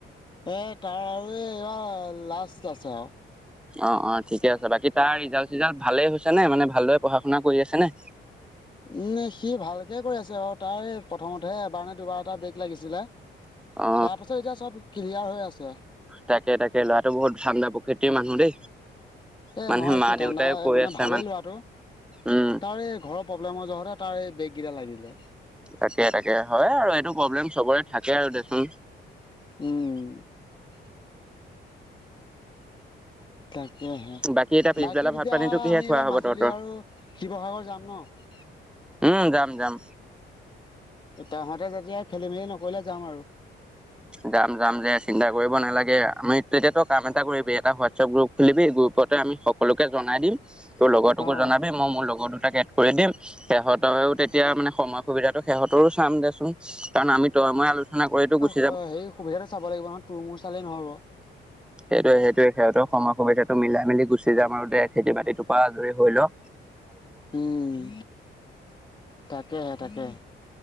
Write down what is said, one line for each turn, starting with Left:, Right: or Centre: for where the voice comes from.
Left: এ তাৰ আৰু এইবাৰ লাষ্ট আছে আও।
Centre: অ অ ঠিকে আছে বাকী তাৰ ৰিজাল চিজাল ভালে হৈছে নে মানে ভালদৰে পঢ়া শুনা কৰি আছে নে
Left: উ সি ভালকে কৰি আছে বাৰ তাই প্ৰথমতেহে এবাৰ নে দুবাৰ এটা ব্ৰেক লাগিছিলে
Centre: অ
Left: তাৰ পিছত এতিয়া চব ক্লিয়াৰ হৈ আছে।
Centre: তাকে তাকে ল'ৰাটো বহুত ঠাণ্ডা প্ৰকৃতিৰ মানুহ দেই।
Left: এই
Centre: মানে
Left: নহয়
Centre: মা
Left: সি ঠাণ্ডা
Centre: দেউতাই কৈ
Left: মানে
Centre: আছে
Left: ভালেই লোৱাটো।
Centre: উম
Left: তাৰ এই ঘৰৰ প্ৰব্লেমৰ যহতে তাৰ এই বেগ কেইটা লাগিলে।
Centre: তাকে তাকে হয় আৰু এইটো প্ৰব্লেম চবৰে থাকে আৰু দেচোন।
Left: ও' তাকেহে
Centre: বাকী এতিয়া পিছবেলা
Left: বাকী তেতিয়া
Centre: ভাত পানীটো কিহে
Left: আমি
Centre: খোৱা
Left: এইবাৰ
Centre: হ'ব
Left: মাজুলী
Centre: তহঁতৰ
Left: আৰু শিৱসাগৰ যাম ন-া উ <unintelligible>
Centre: উম যাম যাম।
Left: তহঁতে যেতিয়া খেলি মেলি নকৰিলে যাওঁ আৰু।
Centre: যাম যাম যে চিন্তা কৰিব নালাগে, আমি তেতিয়া তই কাম এটা কৰিবি এটা হোৱাটছএপ গ্ৰুপ খুলিবি গ্ৰুপ তে আমি সকলোকে জনাই দিম তোৰ লগৰটোকো
Left: অ'।
Centre: জনাবি মই মোৰ লগৰ দুটাকে কৰি দিম, সিহঁতৰও তেতিয়া মানে সময় সুবিধাটো সিহঁতৰো চাম দেচোন কাৰণ আমি ত তই মই আলোচনা কৰিটো গুছি
Left: হয় সেই সুবিধাটো চাব লাগিব নহয়, তোৰ মোৰ চালেই নহ'ব।
Centre: সেইটোৱে সেইটোয়ে সিহঁতৰ সময় সময় সুবিধাতো মিলাই মিলি গুচি যাম আৰু দে খেতি বাতিটোৰ পৰা আজৰি হৈ ল।
Left: উম তাকেহে তাকেহে।